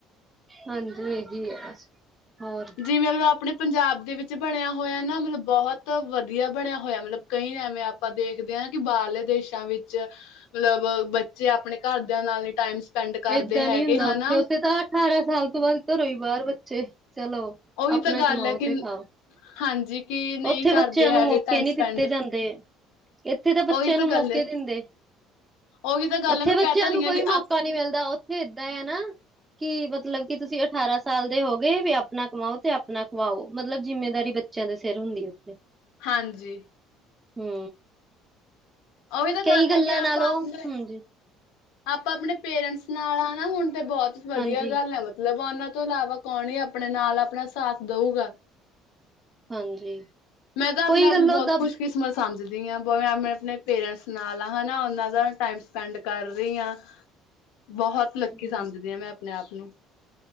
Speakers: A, on the right; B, on the left.
A: ਹਾਂਜੀ ਇਹੀ ਹੈ ਬਸ ਹੋਰ।
B: ਜਿਵੇਂ ਮਤਲਬ ਆਪਣੇ ਪੰਜਾਬ ਦੇ ਵਿੱਚ, ਬਣਿਆ ਹੋਇਆ ਨਾ ਮਤਲਬ ਬਹੁਤ ਵਧੀਆ ਬਣਿਆ ਹੋਇਆ, ਮਤਲਬ। ਕਈ ਐਵੇਂ ਆਪਾਂ ਦੇਖਦੇ ਹਾਂ ਨਾ, ਕਿ ਬਾਹਰਲੇ ਦੇਸਾਂ ਵਿੱਚ। ਮਤਲਬ ਬੱਚੇ ਆਪਣੇ ਘਰਦਿਆਂ ਨਾਲ ਨੀ ਟਾਈਮ ਸਪੈਂਡ ਕਰਦੇ
A: ਏਦਾਂ
B: ਹੈਗੇ
A: ਨੀ ਹੁੰਦਾ
B: ਹਨਾ
A: ਉੱਥੇ। ਉੱਥੇ ਤਾਂ ਅਠਾਰਾਂ ਸਾਲ ਤੋਂ ਬਾਅਦ ਘਰੋਂ ਹੀ ਬਾਹਰ ਬੱਚੇ ਚਲੋ।
B: ਉਹੀ
A: ਆਪਣਾ
B: ਤਾਂ ਗੱਲ
A: ਕਮਾਓ
B: ਹੈ ਕਿ
A: ਤੇ ਖਾਓ।
B: ਹਾਂਜੀ ਕਿ ਨਹੀਂ
A: ਉੱਥੇ
B: ਕਰਦੇ
A: ਬੱਚਿਆਂ
B: ਹੈਗੇ
A: ਨੂੰ ਮੌਕੇ
B: ਟਾਈਮ
A: ਨਹੀਂ
B: ਸਪੈਂਡ
A: ਦਿੱਤੇ ਜਾਂਦੇ। ਇੱਥੇ ਤਾਂ ਬੱਚਿਆਂ
B: ਉਹੀ
A: ਨੂੰ ਮੌਕੇ
B: ਗੱਲ ਏ
A: ਦਿੰਦੇ।
B: ਉਹੀ ਤਾਂ ਗੱਲ
A: ਉੱਥੇ
B: ਹੈ ਮੈਂ
A: ਬੱਚਿਆਂ
B: ਕਹਿ ਤਾਂ ਰਹੀ
A: ਨੂੰ
B: ਹਾਂ
A: ਕੋਈ
B: ਵੀ
A: ਮੌਕਾ
B: ਆਪ
A: ਨੀ ਮਿਲਦਾ। ਾਂ ਉੱਥੇ ਏਦਾਂ ਹੈ ਨਾ। ਕਿ ਮਤਲਬ ਕਿ ਤੁਸੀਂ ਅਠਾਰਾਂ ਸਾਲ ਦੇ ਹੋ ਗਏ। ਵੀ ਆਪਣਾ ਕਮਾਓ ਤੇ ਆਪਣਾ ਕਮਓ, ਮਤਲਬ ਜਿੰਮੇਦਾਰੀ ਬ ਬੱਚਿਆਂ ਦੇ ਸਿਰ ਹੁੰਦੀ ਉੱਥੇ।
B: ਹਾਂਜੀ।
A: ਹੂੰ।
B: ਉਹੀ ਤਾਂ ਗੱਲ
A: ਕਈ ਗੱਲਾਂ
B: ਹੈ ਕਿ ਆਪਾਂ
A: ਨਾਲੋਂ,
B: ਆਪਣੇ
A: ਹਾ ਜੀ।
B: ਆਪਾਂ ਆਪਣੇ ਪੇਰੈਂਟਸ ਨਾਲ ਆ ਨਾ, ਹੁਣ ਤੇ ਬਹੁਤ ਵਧੀਆ
A: ਹਾਂਜੀ
B: ਗੱਲ ਹੈ। ਮਤਲਬ ਉਹਨਾਂ ਤੋਂ ਇਲਾਵਾ ਕੌਣ ਹੀ ਆਪਣੇ ਨਾਲ ਆਪਣਾ ਸਾਥ ਦਊਗਾ।
A: ਹਾਂਜੀ
B: ਮੈਂ ਤਾਂ
A: ਕੋਈ
B: ਆਪਣੇ ਆਪ
A: ਗੱਲੋਂ
B: ਨੂੰ, ਬਹੁਤ
A: ਦਾ
B: ਖੁਸ਼ ਕਿਸਮਤ ਸਮਝਦੀ ਹਾਂ। ਬਵੇ ਆਪਣੇ ਪੇਰੈਂਟਸ ਨਾਲ ਹਾਂ ਹਨਾ, ਉਹਨਾਂ ਦਾ ਟਾਈਮ ਸਪੈਂਡ ਕਰ ਰਹੀ ਹਾਂ, ਬਹੁਤ ਲੱਕੀ
A: ਹੂੰ,
B: ਸਮਝਦੀ ਹਾਂ ਮੈਂ ਆਪਣੇ ਆਪ ਨੂੰ।